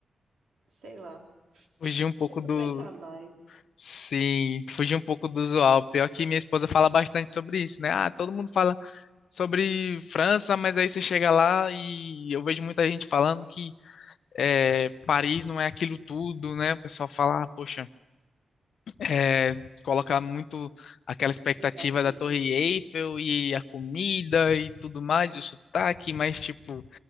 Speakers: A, on the right (about 80°); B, on the left (about 75°).
A: sei lá, pra
B: Fugir um pouco
A: você aproveitar
B: do.
A: mais.
B: Sim, fugir um pouco do usual. Pior que minha esposa fala bastante sobre isso, né? Ah, todo mundo fala. sobre França, mas aí você chega lá e eu vejo muita gente falando que é, Paris não é aquilo tudo, né? O pessoal fala, ah, poxa, é, coloca muito aquela expectativa
A: Expectativa.
B: da Torre Eiffel e a comida e tudo mais, o sotaque, mas tipo,